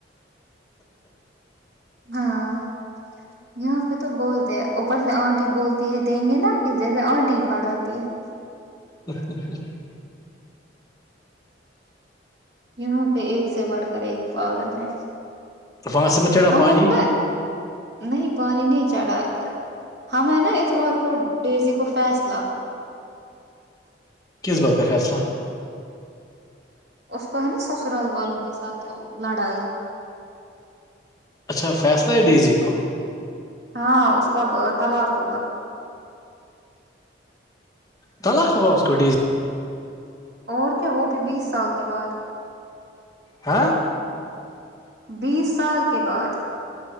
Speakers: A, on the right; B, on the left.
A: ہاں یہاں پہ تو بولتے ہیں اوپر سے آنٹی بولتی ہے دیں گے نا پھر جیسے آنٹی پڑ آی ہے
B: کچھ کچھ کچھ <inaudible>
A: یہاں پہ ایک سے بڑھ کر ایک پاگل ہے
B: وہاں سے میں چڑھا
A: ہاں
B: پانی
A: م جل <inaudible> نہیں پانی نہیں چڑھا ہمیں نا اتوار کو ڈیزی کو فیصلہ
B: کس بات کا فیصلہ
A: اس کو ہے نا سسرال والوں کے ساتھ لڑائی
B: اچھا فیصلہ ہے ڈی سی کو
A: ہاں اس کا تلاق ہوگا <unintelligible>
B: تلاخ خ ہوا اس کو ڈی <unintelligible>
A: اور کیا وہ بھی بیس سال کے بعد
B: ہاں
A: بیس سال کے بعد